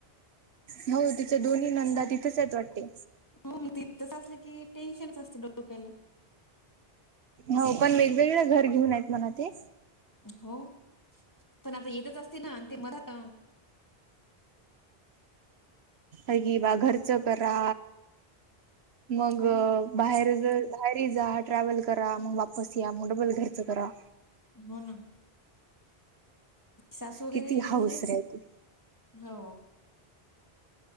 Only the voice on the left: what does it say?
हो मग ते तसं असलं की टेन्शनच असतें डोक्याला
हो पण आता येतच असते ना ते मधात
हो
हो ना.. सासू वगैरे
घरी असती
हो